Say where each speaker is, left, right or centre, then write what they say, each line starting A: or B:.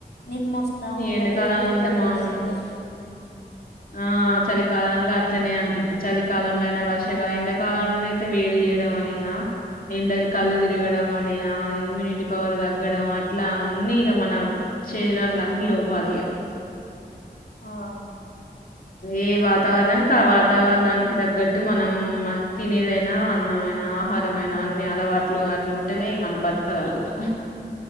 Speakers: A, on the left; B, on the left.
A: నిమ్మొస్తా ఉంటది
B: ఎండాకాలంలో
A: ఊకే
B: వుంటే
A: జలుబేస్తది
B: మామూలు ఆహ్ చలికాలంలో. అట్లనే అనిపిత్తది చలి. కాలంలో అయినా వర్షాకాలం ఎండాకాలంలో అయితే వేడి చేయడం అనియా ఎండకి కళ్ళు తిరగడం అనియా ఇమ్యూనిటీ పవర్ తగ్గడం అట్లా అన్నీ ఇగ మన శరీరంలో అన్ని లోపాలే ఇగా.
A: ఆహ్
B: ఏ వాతావరణానికి ఆ వాతావరణానికి తగ్గట్టు మనం మం తినేదైనా అన్నమైన ఆహార. అందమైన అన్ని అలవాట్లు అట్లుంటే. తింటానే మనం బతకగలుగుతాం.